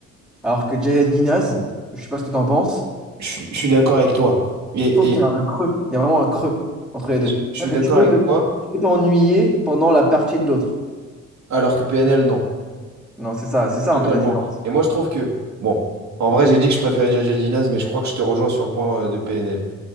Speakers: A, in the centre; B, on the right (about 65°).
A: Alors que Jaya Dinaz, je sais pas ce que tu en penses,
B: je suis je suis d'accord avec toi. Et,
A: je trouve qu'il
B: et-
A: y a un creux, il y a vraiment un creux entre les
B: et
A: deux.
B: je je
A: C'est-à-dire
B: suis d'accord
A: que tu peux
B: avec
A: te-
B: toi,
A: tu peux t'ennuyer pendant la partie de l'autre.
B: alors que PNL, non.
A: Non, c'est ça, c'est ça
B: Totalement.
A: en fait la différence.
B: Et moi, je trouve que, bon, en vrai, j'ai dit que je préférais Jaja Dinaz, mais je crois que je te rejoins sur le point euh, de PNL.